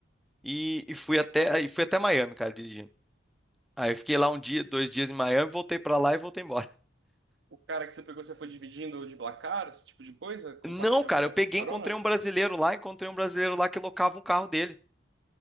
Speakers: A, in the centre; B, on the right (about 70°).
A: e, e fui até, e fui até Miami, cara, dirigindo. Aí eu fiquei lá um dia, dois dias em Miami, voltei pra lá e voltei embora.
B: O cara que você pegou, você foi dividindo de Blacar, esse tipo de coisa? Compartilhou
A: Não, cara,
B: car-
A: eu peguei,
B: carona?
A: encontrei um brasileiro lá, encontrei um brasileiro lá que locava um carro dele.